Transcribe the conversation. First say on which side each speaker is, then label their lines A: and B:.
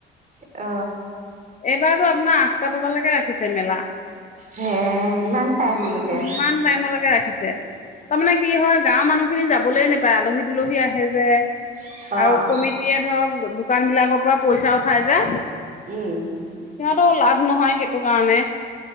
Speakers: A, on the right; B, on the left.
A: অ
B: এইবাৰতো আপোনাৰ আঠটা বজালৈকে ৰাখিছে মেলা।
A: হে', ইমান টাইমলৈকে
B: ইমান টাইমলৈকে ৰাখিছে তাৰমানানে কি হয় গাঁৱৰ মানুহখিনি যাব শুবলৈ নাপায় আলহী দুলহী আহে যে
A: অ',
B: আৰু কমিটিয়ে ধৰক দু দোকান বিলাকৰ পৰা পইচাও খাই যে।
A: উম
B: সিহঁতো লাভ নহয় সেইটো কাৰণে